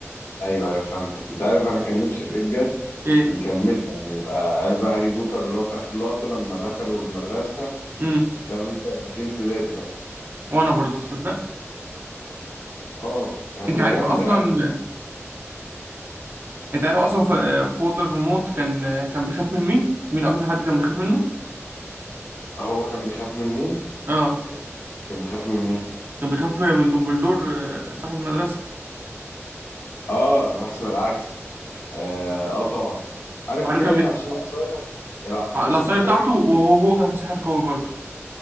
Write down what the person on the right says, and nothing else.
ايه
امم
وانا برضه تصدق
انت عارف
اصلا
انت عارف اصلا ف- فولدر ريموت كان كان بيخاف من مين مين اكتر حد كان بيخاف منه
اه
كان بيخاف من دومبلدور آه، صاحب المدرسة
وبعدين
كان
بي...
العصاية
بتاعته
وهو هو كان ساحر قوي برضه